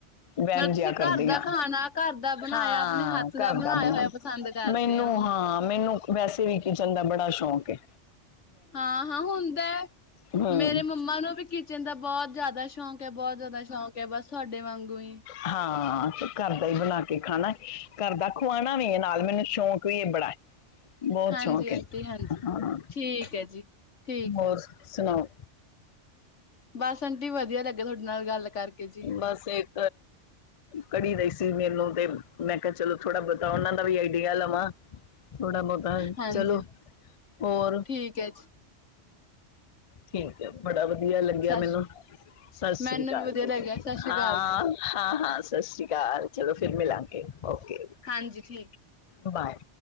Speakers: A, on the left; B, on the left.
A: ਵਹਿਮ
B: ਮਤਲਬ
A: ਜਿਹਾ
B: ਤੁਸੀਂ
A: ਕਰਦੀ
B: ਘਰ ਦਾ
A: ਆ।
B: ਖਾਣਾ ਘਰ ਦਾ ਬਣਾਇਆ
A: ਹਾਂ
B: ਆਪਣੇ ਹੱਥ ਦਾ ਬਣਾਇਆ
A: ਕਰਦੀ
B: ਹੋਇਆ
A: ਆ।
B: ਪਸੰਦ ਕਰਦੇ
A: ਮੈਨੂੰ
B: ਹੋ।
A: ਹਾਂ, ਮੈਨੂੰ ਵੈਸੇ ਵੀ ਕਿਚਨ ਦਾ ਬੜਾ ਸ਼ੌਕ ਏ।
B: ਹਾਂ-ਹਾਂ ਹੁੰਦਾਂ।
A: ਹਮ,
B: ਮੇਰੇ ਮੰਮਾ ਨੂੰ ਵੀ ਕਿਚਨ ਦਾ ਬਹੁਤ ਜ਼ਿਆਦਾ ਸ਼ੌਕ ਐ, ਬਹੁਤ ਜ਼ਿਆਦਾ ਸ਼ੌਕ ਐ, ਬਸ ਤੁਹਾਡੇ ਵਾਂਗੂ ਈ।
A: ਹਾਂ, ਘਰ ਦਾ ਈ ਬਣਾ ਕੇ ਖਾਣਾ ਘਰ ਦਾ ਖਵਾਂਣਾ ਵੀ ਏ ਨਾਲ, ਮੈਨੂੰ ਸ਼ੌਕ ਵੀ ਇਹ ਬੜਾ। ਬਹੁਤ
B: ਹਾਂਜੀ
A: ਸ਼ੌਕ
B: ਆਂਟੀ
A: ਏ,
B: ਹਾਂਜੀ
A: ਹਾਂ
B: ਠੀਕ ਹੈ ਜੀ ਠੀਕ
A: ਹੋਰ
B: ਹੈ।
A: ਸੁਣਾਓ?
B: ਬਸ ਆਂਟੀ ਵਧੀਆ ਲੱਗਾ ਤੁਹਾਡੇ ਨਾਲ ਗੱਲ ਕਰਕੇ ਜੀ
A: ਬੱਸ ਇਕ ਕੜੀ ਦਈ ਸੀ ਮੇਨੂੰ ਤੇ ਮੈਂ ਕਿਹਾ ਚਲੋ, ਥੋੜ੍ਹਾ ਬੋਤਾ ਉਹਨਾਂ ਦਾ ਵੀ ਆਈਡੀਆ ਲਵਾਂ। ਥੋੜਾ ਬਹੁਤਾ
B: ਹਾਂਜੀ
A: ਚਲੋ, ਹੋਰ।
B: ਠੀਕ ਹੈ ਜੀ।
A: ਠੀਕ ਐ, ਬੜਾ ਵਧੀਆ ਲੱਗਿਆ
B: ਸਸ
A: ਮਿਨੂੰ, ਸਾਸਰੀ
B: ਮੈਨੂੰ
A: ਕਾਲ
B: ਵੀ ਵਧੀਆ
A: ਜੀ।
B: ਲੱਗਿਆ ਸਤਿ ਸ੍ਰੀ
A: ਹਾਂ-ਹਾਂ
B: ਅਕਾਲ ਜੀ
A: ਹਾਂ-ਹਾਂ ਸਾਸਰੀ ਕਾਲ, ਚਲੋ ਫਿਰ ਮਿਲਾਂਗੇ, ਓਕੇ।
B: ਹਾਂਜੀ, ਠੀਕ।
A: ਬ-ਬਾਏ।